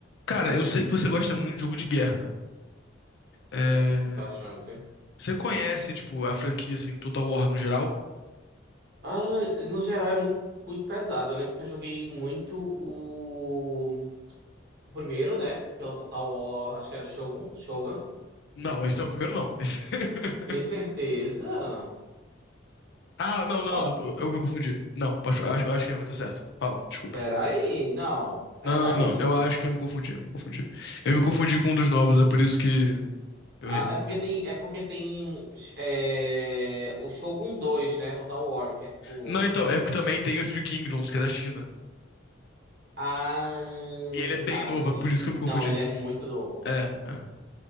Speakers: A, on the left; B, on the right.
A: Cara, eu sei que você gosta muito de jogo de guerra, né?
B: Sim,
A: É,
B: bastante.
A: Você conhece, tipo, a franquia, assim, Total War no geral?
B: Ah, no geral é muito, muito pesado. Eu lembro que eu joguei muito o, o primeiro, né? Que é o Total War, acho que era Shogun. Shogun.
A: Não, esse é o primeiro, não. Esse- <laughs>
B: Tem certeza?
A: Ah, não, não,
B: Ó,
A: não, eu me confundi. Não, acho, acho acho que a minha tá certo. Fala, desculpa.
B: peraí, não, peraí.
A: Não, não, não, eu acho que eu me confundi, eu me confundi. Eu me confundi com um dos novos, é por isso que eu
B: Ah,
A: errei.
B: é porque tem, é porque tem é, o Shogun dois né? Total War, que é tipo.
A: Não, então, é que também tem o Three Kingdoms, que é da China.
B: Ah,
A: E ele é bem
B: tá,
A: novo,
B: entendi.
A: é por isso que eu me
B: Não,
A: confundi.
B: ele é muito novo.
A: É, é.